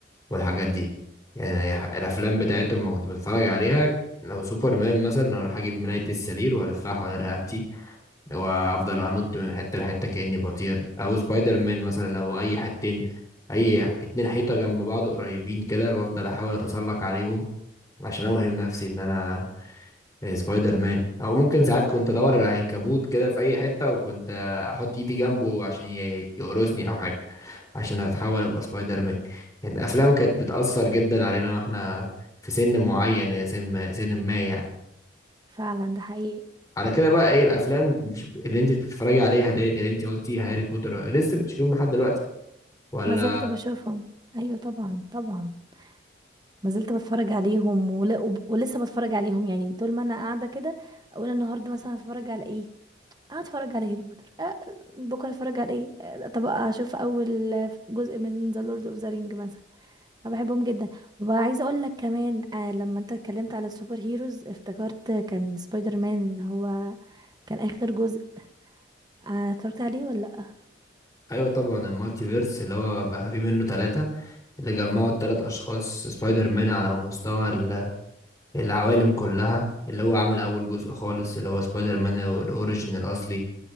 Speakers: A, on the left; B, on the right.
A: والحاجات دي يعني الافلام بتاعتهم لما كنت بتفرج عليها لو سوبر مان مثلا اروح اجيب ملاية السرير والفها حوالين رقبتي وافضل انط من حته لحته كاني بطير او سبايدر مان مثلا لو اي حتتين اي اتنين حيطه جنب بعض قريبين كده بفضل احاول اتسلق عليهم عشان اوهم نفسي ان انا آه، سبايدر مان او ممكن ساعات كنت ادور على عنكبوت كده في اي حته وكنت احط ايدي جنبه عشان ي- يقرصني او حاجه عشان اتحول ابقى سبايدر مان يعني الافلام كانت بتاثر جدا علينا واحنا في سن معين
B: مم.
A: يا سن سن ما يعني
B: فعلا ده حقيقي
A: على كده بقى ايه الافلام اللي شب- اللي انت بتتفرجي عليها ديت اللي انت قلتي هاري بوتر لسه بتشوفيهم لحد دلوقتي ولا
B: ما زلت بشوفهم ايوه طبعا طبعا ما زلت بتفرج عليهم ول... وب- ولسه بتفرج عليهم يعني طول ما انا قاعده كده اقول النهارده مثلا هتفرج على ايه اه اتفرج على هاري بوتر أه بكره اتفرج على ايه أه طب اشوف اول جزء من ذا لورد اوف ذا رينج مثلا انا بحبهم جدا وعايزه اقول لك كمان آه لما انت اتكلمت على السوبر هيروز افتكرت كان سبايدر مان اللي هو كان اخر جزء آه اتفرجت عليه ولا لا
A: ايوه طبعا المالتي فيرس اللي هو بقى فيه منه ثلاثة اللي جمعوا الثلاث اشخاص سبايدر مان على مستوى ال- العوالم كلها اللي هو عمل اول جزء خالص اللي هو سبايدر مان الاوريجين الاصلي